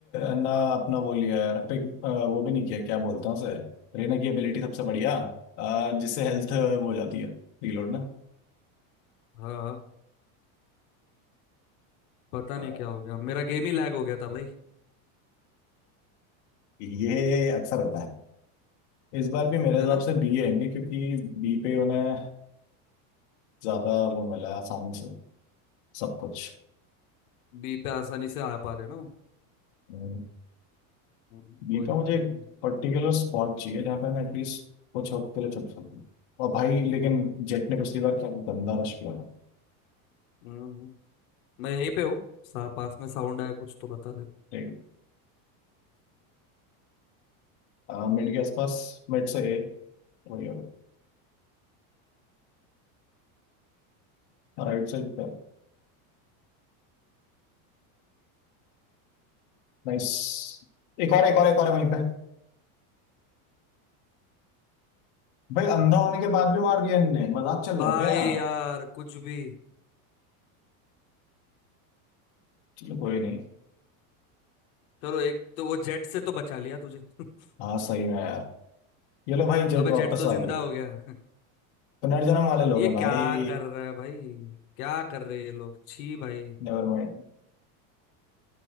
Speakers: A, on the left (about 50°); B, on the left (about 70°).
A: ना अपना वो लिया यार पिक वो भी नहीं किया क्या बोलते हैं उसे रीना की एबिलिटी सबसे बढ़िया अ, जिससे हेल्थ वो हो जाती है रीलोड ना
B: हाँ हाँ, पता
A: अ,
B: नहीं क्या हो गया मेरा गेम ही लैग हो गया था भाई
A: ये अक्सर होता है इस बार भी मेरे हिसाब
B: है ना
A: से बी आएंगे क्योंकि बी पे उन्हें ज्यादा वो मिला है आसानी से सब कुछ
B: बी पे आसानी से आ पा रहे ना वो।
A: हम्म।
B: हम्म,
A: गीता
B: कोई नहीं
A: मुझे
B: कोई
A: एक
B: नहीं
A: पर्टिकुलर स्पॉट चाहिए जहाँ पे मैं एटलीस्ट कुछ वक्त के लिए चल सकूँ और भाई लेकिन जेट ने पिछली बार क्या गंदा रश किया था
B: हम्म, हम्म। मैं यहीं पे हूँ सा पास में साउंड आया कुछ तो बता दे
A: ठीक है मिड के आसपास मिड से ए वही होगा राइट साइड पे नाइस एक और एक और एक और है वहीं पे भाई अंधा होने के बाद भी मार दिया इनने मजाक चल
B: भाई
A: रहा है क्या यार
B: यार कुछ भी
A: चलो कोई नहीं
B: चलो एक तो वो जेट से तो बचा लिया तुझे <laughs>
A: हाँ सही में यार ये लो भाई जेट
B: अबे
A: वापस
B: जेट तो
A: आ
B: जिंदा
A: गई
B: हो गया <laughs>
A: पुनर्जन्म वाले लोग
B: ये
A: हैं
B: क्या
A: भाई
B: कर रहा है भाई क्या कर रहे हैं ये लोग छी भाई
A: Never mind